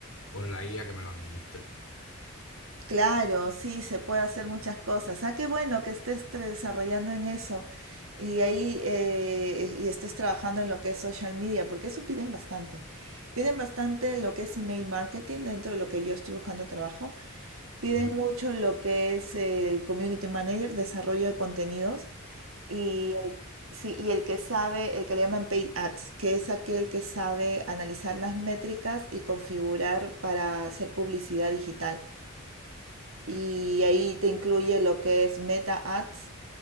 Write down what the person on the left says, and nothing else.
con la IA que me lo administre.
Ujú.